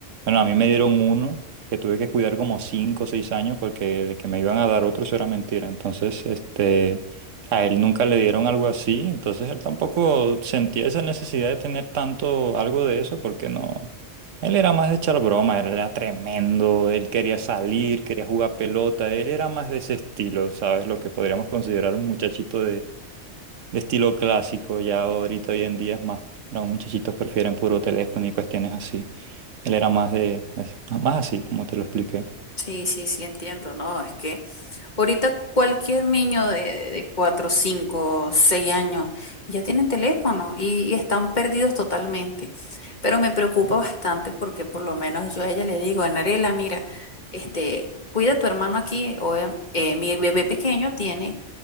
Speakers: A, on the right; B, on the left.
A: bueno, a mí me dieron uno que tuve que cuidar como cinco o seis años porque de que me iban a dar otro eso era mentira. Entonces, este, a él nunca le dieron algo así, entonces él tampoco sentía esa necesidad de tener tanto algo de eso porque no, él era más de echar broma, él era tremendo, él quería salir, quería jugar pelota, él era más de ese estilo, ¿sabes? Lo que podríamos considerar un muchachito de estilo clásico, ya ahorita hoy en día es más, los muchachitos prefieren puro teléfono y cuestiones así. Él era más de, es- más así, como te lo expliqué.
B: Sí, sí, sí, entiendo, ¿no? Es que ahorita cualquier niño de, de 4, 5, 6 años ya tienen teléfono y, y están perdidos totalmente. Pero me preocupa bastante porque por lo menos yo a ella le digo, Anarela, mira, este, cuida a tu hermano aquí. o, em, eh, mi bebé pequeño tiene